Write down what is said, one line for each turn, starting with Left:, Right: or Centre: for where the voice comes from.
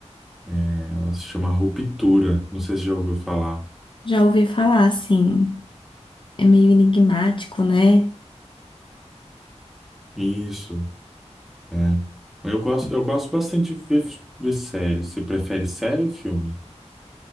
Centre: né? Ela se chama Ruptura, não sei se já ouviu falar.
Left: Já ouvi falar, assim, é meio enigmático, né?
Centre: Isso, é. Eu gosto, eu gosto bastante de ver, ver séries. Você prefere série ou filme?